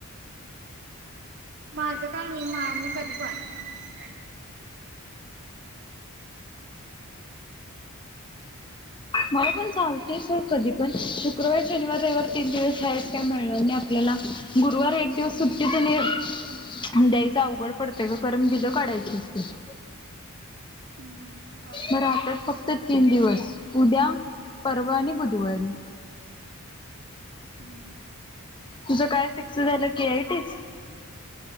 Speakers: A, on the right; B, on the left.
A: माझं काय नई, मा मी कधी पण
B: मला पण चालतय सोड कधी पण. शुक्रवार, शनिवार, रविवार तीन दिवस आहेच, काय मिळणार नाही आपल्याला गुरुवार एक दिवस सुट्टी त्यांनी द्यायचं अवघड पडतय ग, करण बिल काडायची असतय
A: हम्म चालते
B: मग राहत्यात
A: की
B: फक्त तीन दिवस. उद्या परवा आणि बुधवारी.
A: हम्
B: तुझं काय फिक्स झालं, की आयटिच?